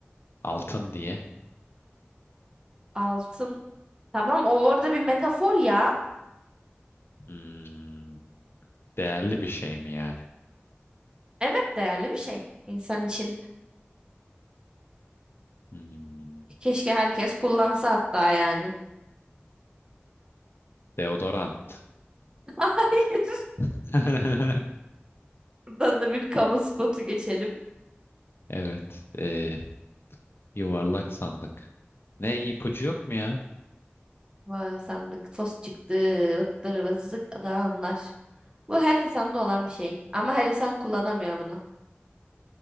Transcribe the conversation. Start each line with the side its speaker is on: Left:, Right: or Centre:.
Left: Altın diye.
Right: Altın Tamam o orada bir metafor ya.
Left: Hmm, değerli bir şey mi yani?
Right: Evet değerli bir şey insan için.
Left: Hmm,
Right: Keşke herkes kullansa hatta yani.
Left: deodorant.
Right: <laughs> Hayır.
Left: <laughs>
Right: Buradan da bir kamu spotu geçelim.
Left: Evet. ee, yuvarlak sandık. Ne ipucu yok mu ya?
Right: Vay, sandık fos çıktı. Vıttır vızlık adamlar. Bu her insanda olan bir şey. Ama her insan kullanamıyor bunu.